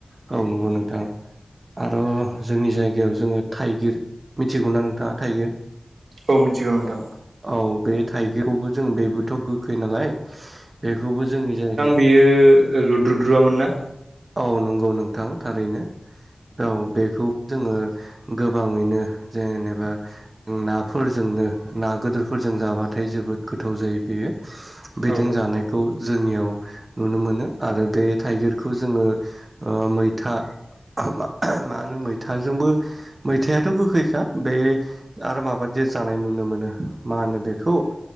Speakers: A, on the right; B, on the right.
A: औ नंगौ नोंथां आरो जोंनि जायगायाव जोङो थाइगिर मिथिगौ ना नोंथाङा थाइगिर
B: औ मिथिगौ नोंथां
A: औ बे थाइगिरखौबो जों बेबोथ' गोखै नालाय बेखौबो जोंनि जायगाया
B: बियो लुद्रुद्रुआमोन ना
A: औ नंगौ नोंथां थारैनो औ बेखौ जोङो गोबाङैनो जेनेबा नाफोरजोंनो ना गेदोरफोरजों जाबाथाय जोबोद गोथाव जायो बेयो बेजों
B: औ
A: जानायखौ जोंनियाव नुनो मोनो आरो बे थाइगिरखौ बे खौ जोङो ओ मैथा हा मानो मैथाजोंबो मैथायाथ' गोखैखा बे आरो मा जानाय नुनो मोनो मा होनो बेखौ